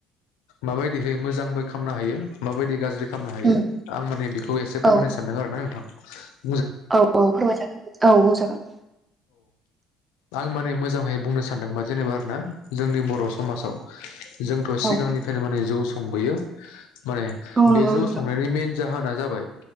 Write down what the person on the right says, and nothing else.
उम
औ
औ औ फोरमाय जागोन औ बुंजागोन
औ
औ नंगौ
नोंथां